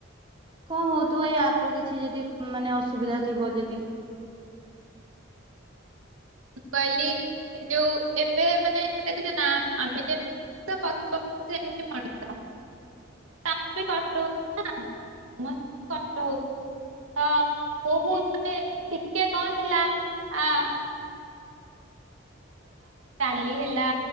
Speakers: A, on the right; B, on the right.
A: କଁ ହଉଥିବ ଏଇ ଆପ୍ ର କିଛି ଯେଦି ମାନେ ଅସୁବିଧା ଥିବ ଯେଦି।
B: <unintelligible> <unintelligible> <unintelligible> ବହୁ <inaudible> ଟିକେ କଣ ହେଲା ଆ <inaudible> ଡାଲି ହେଲା